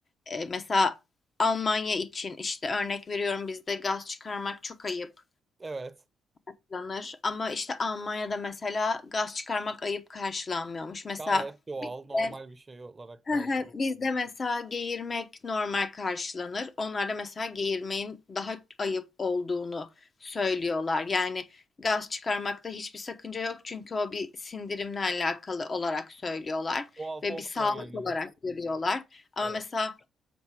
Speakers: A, on the left (about 40°); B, on the right (about 20°).
A: e, mesela Almanya için işte örnek veriyorum bizde gaz çıkarmak çok ayıp
B: Evet.
A: karşılanır ama işte Almanya'da mesela gaz çıkarmak ayıp karşılanmıyormuş. Mesela
B: Gayet doğal,
A: bizde
B: normal bir şey olarak
A: Hı
B: kar.
A: hı. Bizde mesela geğirmek normal karşılanır. Onlarda mesela geğirmeyin daha ayıp olduğunu söylüyorlar. Yani gaz çıkarmakta hiçbir sakınca yok çünkü o bir sindirimle alakalı olarak söylüyorlar
B: Doğal
A: ve
B: fonksiyon
A: bir sağlık
B: yani
A: olarak
B: bu.
A: görüyorlar. Ama
B: Evet.
A: mesela